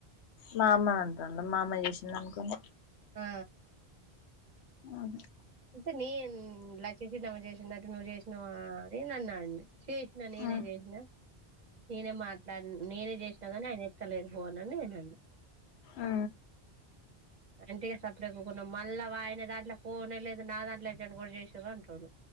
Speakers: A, on the left; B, on the right.
A: మా అమ్మ నంటాడ మా అమ్మ చేసింది అనుకోని
B: ఆ
A: ఆహ
B: అంటే నేను లక్ష్మీ చినమ చేసిందట నువ్వు చేసినవా అని నన్నని చేసిన నేనే
A: ఉమ్
B: చేసిన నేనే మాట్లాడి నేనే చేసినా కాని ఆయన ఎత్తలేదు ఫోన్ అని నేను అన్నా
A: ఆ
B: అంటె ఇగ సప్డేక ఉకున్నాం మళ్ళా వాయన దాంట్లో ఫోనే లేదు నాదాంట్లోచ్చని కూడా చేసేరా అంటుండు